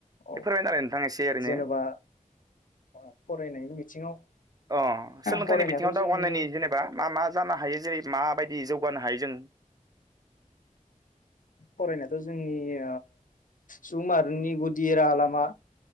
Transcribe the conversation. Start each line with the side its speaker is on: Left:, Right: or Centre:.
Left: औ
Right: बे फोरमायनो आरो नोंथां एसे ओरैनो
Left: जेनेबा फरायनायनि बिथिङाव
Right: अ सोलोंथाइनि
Left: फरायनायाथ'
Right: बिथिङाव दावगानायनि
Left: जोंनि
Right: जेनेबा मा मा जानो हायो जेरै माबायदि जौगानो हायो जों
Left: फरायनायाथ' जोंनि सुबुंमाहारिनि गुदि राहा लामा।